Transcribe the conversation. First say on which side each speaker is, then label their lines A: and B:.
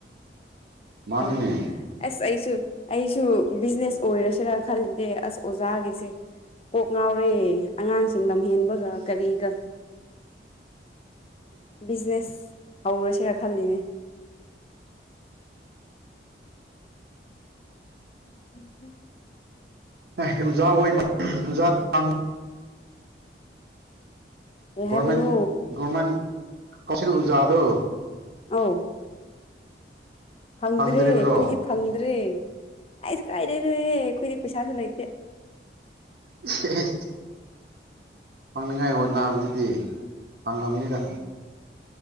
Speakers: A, on the right (about 60°); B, on the left (about 35°).
A: ꯃꯅꯤꯅꯦ
B: ꯑ ꯑꯁ ꯑꯩꯁꯨ ꯑꯩꯁꯨ ꯕꯤꯖꯤꯅꯦꯁ ꯑꯣꯏꯔꯁꯤꯔꯥ ꯈꯜꯂꯤꯅꯦ ꯑꯁ ꯑꯣꯖꯥꯒꯤꯁꯦ ꯀꯣꯛ ꯉꯥꯎꯔꯦ ꯑꯉꯥꯡꯁꯤꯡ ꯂꯝꯍꯦꯟꯕꯒ ꯀꯔꯤꯒ ꯕꯤꯖꯤꯅꯦꯁ ꯍꯧꯔꯁꯦꯔ ꯈꯜꯂꯤꯅꯦ ꯎꯝ <unintelligible>
A: <unintelligible>
B: ꯀꯩ
A: ꯒꯣꯔꯃꯦꯟ
B: ꯍꯥꯏꯕꯅꯣ
A: ꯒꯣꯔꯃꯦꯟ ꯀꯧꯁꯤꯜ ꯑꯣꯖꯥꯗꯣ
B: ꯑꯎ ꯐꯪꯗ꯭ꯔꯦ
A: ꯐꯪꯗ꯭ꯔꯤꯕ꯭ꯔꯣ
B: ꯑꯩꯈꯣꯏꯒꯤ ꯐꯪꯗ꯭ꯔꯦ ꯑꯁ ꯀꯥꯏꯗꯩꯅꯦ ꯍꯦ ꯑꯩꯈꯣꯏꯗꯤ ꯄꯩꯁꯥꯁꯨ ꯂꯩꯏꯇꯦ
A: ꯏꯍꯦ ꯍꯦ ꯐꯪꯅꯤꯡꯉꯥꯏ ꯍꯣꯠꯅꯕꯗꯨꯗꯤ ꯐꯪꯂꯝꯅꯤꯗ